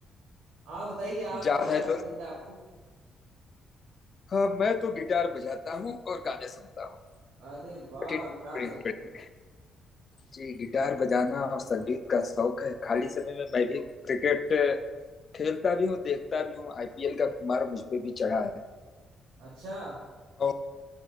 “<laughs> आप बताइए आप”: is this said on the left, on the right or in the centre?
Right